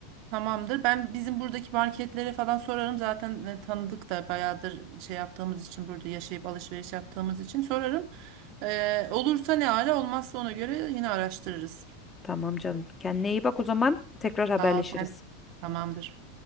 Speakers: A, on the right (about 55°); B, on the left (about 20°).
A: Tamamdır. Ben bizim buradaki marketlere falan sorarım. Zaten e, tanıdık da bayağıdır şey yaptığımız için burada yaşayıp alışveriş yaptığımız için sorarım. Ee, olursa ne ara olmazsa ona göre yine araştırırız.
B: Tamam canım. Kendine iyi bak o zaman. Tekrar haberleşiriz.
A: Sağ ol sen. Tamamdır.